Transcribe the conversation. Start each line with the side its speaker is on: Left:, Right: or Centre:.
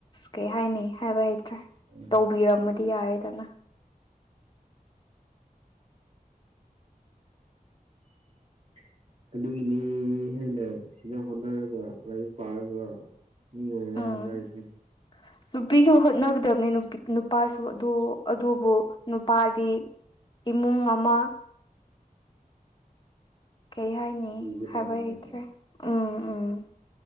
Left: ꯀꯩ ꯍꯥꯏꯅꯤ ꯍꯥꯏꯕ ꯍꯥꯏ ꯭
Right: ꯎꯝ
Left: ꯇꯧꯕꯤꯔꯝꯃꯗꯤ ꯌꯥꯔꯦꯗꯅ
Right: <inaudible> ꯑꯗꯨꯒꯤꯅꯤ ꯍꯥꯏꯅ ꯁꯤꯅ ꯍꯣꯠꯅꯔꯒ ꯂꯥꯏꯔꯤꯛ ꯄꯥꯔꯒ ꯃꯤ ꯑꯣꯏ
Left: ꯎꯝ
Right: ꯍꯣꯗꯥꯔꯦ
Left: ꯅꯨꯄꯤꯁꯨ ꯍꯣꯠꯅꯒꯗꯕꯅꯦ ꯅꯨꯄꯥꯁꯨ ꯑꯗꯨꯕꯨ ꯅꯨꯄꯥꯗꯤ ꯏꯃꯨꯡ ꯑꯃ ꯀꯩ ꯍꯥꯏꯅꯤ
Right: ꯄꯨꯒꯗꯕꯅꯤꯅꯀꯣ
Left: ꯍꯥꯏꯕ ꯍꯩꯇ꯭ꯔꯦ ꯎꯝ ꯎꯝ